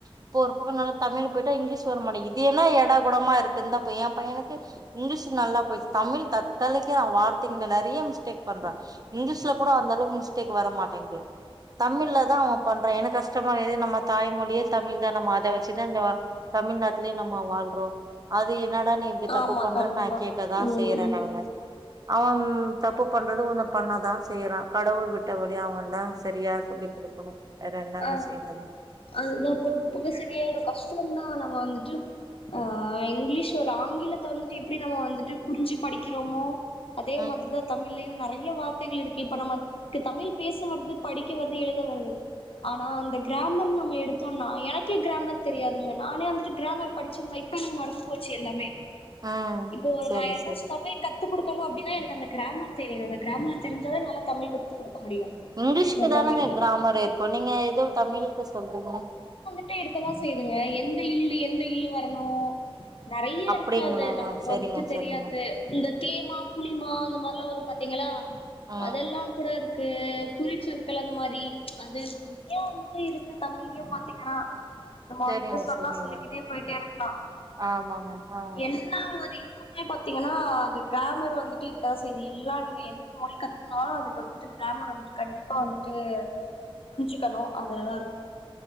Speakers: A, on the right; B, on the left.
A: இப்ப ஒரு பக்கோ நல்லா தமிழ் போயிட்டா இங்கிலீஷ் வரமாடிக்குது இது என்னா ஏடாகூடமாருக்கு இந்த <unintelligible> எ பையனுக்கு இங்கிலீஷ் நல்லா போயிச்சு தமிழ் தத்தளிக் நா வார்த்தைங்க நெறைய மிஸ்டேக் பண்றே இங்கிலீஷ்ல கூட அந்தளவுக்கு மிஸ்டேக் வர மாட் <unintelligible> தமிழ்ல தா அவ பண்ற எனக்கு கஷ்டமா ஏது நம்ம தாய்மொழியே தமிழ் தா நம்ம அத வச் வச்சுதாண்டா தமிழ்நாட்லயே நம்ம வாழ்றோ அது என்னடா நீ இப்டி தப்பு
B: ஆமா
A: பண்ற
B: கண்டிப்பா
A: நா கேக்கதா
B: ம்
A: செய்றே
B: ம்
A: நானு அவன் தப்பு பண்றது கொஞ்ச பண்ண தா செய்யறா கடவுள் விட்டவழி அவந்தா சரியா சொல்லி குடுக்கணு வேற என்னங்க
B: ஆ
A: செய்றது
B: அதுதா போக போக சரியாயிடு கஷ்டந்தா நம்ம வந்துட்டு ஆ இங்கிலீஷ் ஒரு ஆங்கிலத்த வந்துட்டு எப்படி நம்ம வந்துட்டு புரிஞ்சு படிக்கிறோமோ அதே
A: ம்
B: மாதிரிதா தமிழலையு நெறைய வார்த்தைகள் இருக்கு இப்ப நம்மக்கு தமிழ் பேச வருது படிக்க வருது எழுத வருது ஆனா அந்த கிராமர் நம்ம எடுத்தோம்னா எனக்கே கிராமர் தெரியாதுங்க நானே வந்துட்டு கிராமர் படிச்சிருந்தா இப் பண்ணே மறந்து போச்சு எல்லாமே
A: ம்
B: இப்போ
A: செரி
B: நா யாருக்காச்சு
A: செரி
B: தமிழ் கத்துக் கொடுக்கணு அப்டின்னா எனக்கு அந்த கிராமர் தெரியனு அந்த கிராமர் தெரிஞ்சாதா என்னால தமிழ் கத்துக் கொடுக்க முடியு
A: இங்கிலீஷ்க்கு
B: ஒருத்தவங்களுக்கு
A: தானேங்க கிராமர் இருக்கு நீங்க எதோ தமிழுக்கு சொல்றீங்க
B: விட்டா இருக்கதா செய்யுதுங்க எந்த இள்ளு எந்த இல்லு வரணு நிறைய
A: அப்டிங்களா
B: இருக்கு அது நமக்கு
A: செரிங்க
B: வந்துட்டு
A: செரிங்க
B: தெரியாது இந்த தேமா புளிமா அந்த மாதிரிலா வரு பாத்தீங்ளா
A: ஆ
B: அதெல்லா கூட இருக் க்கு குறிச்சொற் கிழங்கு மாரி அது நெறையா வந்துட்டு இருக்கு தமிழ்லையு பாத்தீங்ன்னா நம்ம
A: செரிங்க
B: வந்துட்டு சொன்னா
A: செரிங்க
B: சொல்லிக்கிட்டே போய்ட்டே இருக்லா
A: ஆமாங்க ஆ
B: எல்லா ஒரு இது எப்பவுமே பாத்தீங்கன்னா அது கிராமர் வந்துட்டு இருக்கதா செய்து எல்லா நீங்க எல்லா மொழி கத்துக்குனா அதுக்கு வந்துட்டு கிராமர் வந்துட்டு கண்டிப்பா டிப்பா வந்துட்டு புரிஞ்சிக்கணு அதுலா இருக்கு